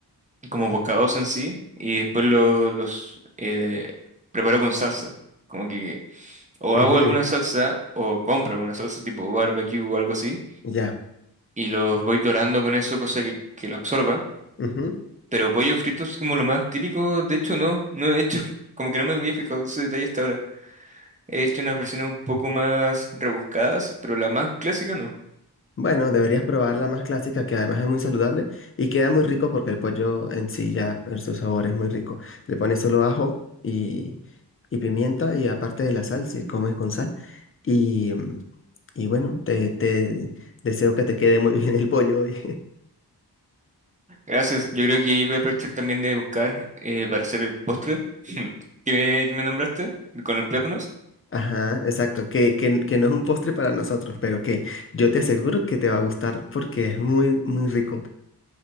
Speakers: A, on the right; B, on the left.
A: como bocados en sí y después lo- los eh, preparo con salsa. Como que o hago
B: Ujú,
A: alguna salsa o compro alguna salsa tipo barbecue o algo así
B: ya.
A: y los voy dorando con eso, cosa que, que lo absorba.
B: ujú.
A: Pero pollo frito es como lo más típico, de hecho no, no he hecho, <laughs> como que no me había fijado ese detalle hasta ahora. He hecho unas versiones un poco más rebuscadas, pero la más clásica no.
B: Bueno, deberías probar la más clásica, que además es muy saludable y queda muy rico porque el pollo en sí ya, en su sabor es muy rico. Le pones solo ajo y, y pimienta y aparte de la sal, si comes con sal. Y, mm, y bueno, te, te deseo que te quede muy <laughs> bien el pollo hoy.
A: Gracias, yo creo que ahí voy a aprovechar también de buscar eh, para hacer el postre <laughs> que me, que me nombraste, con los plátanos.
B: Ajá, exacto, que, que, que no es un postre para nosotros, pero que yo te aseguro que te va a gustar porque es muy, muy rico.